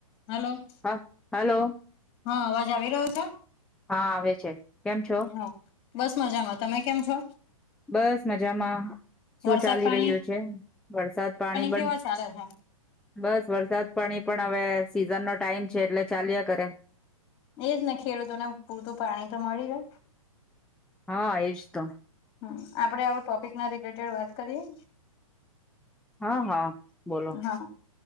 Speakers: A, on the left; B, in the centre.
A: Hello.
B: હા hello.
A: હા, અવાજ આવી રહ્યો છે?
B: હા, આવે છે. કેમ છો
A: હા, બસ મજામાં. તમે કેમ છો?
B: બસ મજામાં શું
A: વરસાદ
B: ચાલી
A: પાણી
B: રહ્યું છે? વરસાદ પાણી બન
A: કેવા ચાલે છે
B: બસ, વરસાદ પાણી પણ હવે સીઝન નો ટાઈમ છે એટલે ચાલ્યા કરે.
A: એજ ને ખેડૂતો ને પૂરતું પાણી તો મળી રે.
B: હા, એજ તો.
A: હમ, આપડે હવે ટોપિક ના રિલેટેડ વાત કરીએ.
B: હા, હા. બોલો
A: હા,